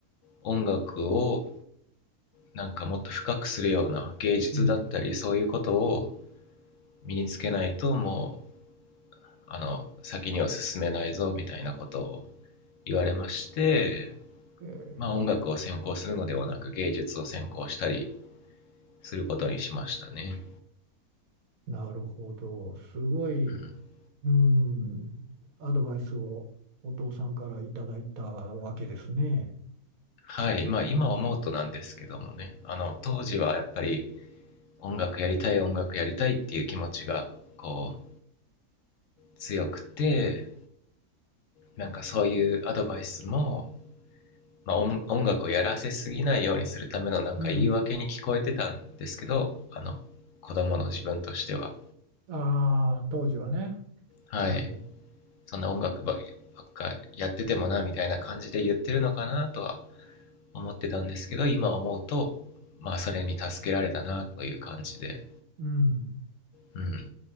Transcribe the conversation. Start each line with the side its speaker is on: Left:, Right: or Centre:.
Left: 音楽をなんかもっと深くするような芸術だったりそういうことを
Right: ーうん。
Left: 身につけないともうあの先には進めないぞみたいなことを言われまして、
Right: えー
Left: まあ、音楽を専攻するのではなく芸術を専攻したりすることにしましたね。
Right: なるほど。すごい、
Left: うん
Right: うん、アドバイスをお父さんからいただいたわけですね。
Left: はい、まあ今思うとなんですけどもね、
Right: うん
Left: あの当時はやっぱり音楽やりたい音楽やりたいっていう気持ちがこう強くて、なんかそういうアドバイスも、まあ、音音楽をやらせすぎないようにするためのなんか言い訳に聞こえてたんですけど、
Right: うん。
Left: あの子供の自分としては、
Right: ああ、当時はね。
Left: はい、
Right: はい。
Left: そんな音楽ばばっかやっててもなみたいな感じで言ってるのかなとは思ってたんですけど、今思うと、まあそれに助けられたなという感じで、
Right: うん。
Left: うん。